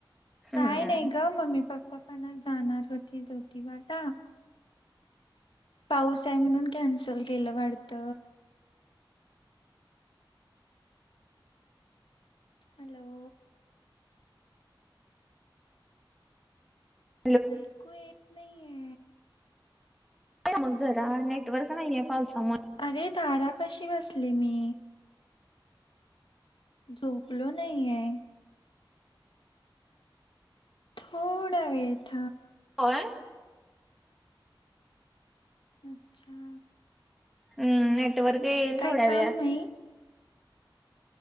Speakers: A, in the centre; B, on the left.
A: हम्म
B: काय नाही ग मम्मी पप्पा. पना जाणार होती ज्योतिबाला. पाऊस आहे म्हणून कॅन्सल केलं वाढत. हॅलो!
A: होम.
B: ऐकू येत नाहीये?
A: मग जरा नेटवर्क नाही आहेे पावसामुळे.
B: अरे धारापाशी बसली मी. झोपलो नाहीय. थोडा वेळथ
A: होय.
B: अच्छा!
A: हम्म नेटवर्क येईल
B: काही
A: थोड्या
B: काम
A: वेळात
B: नाही?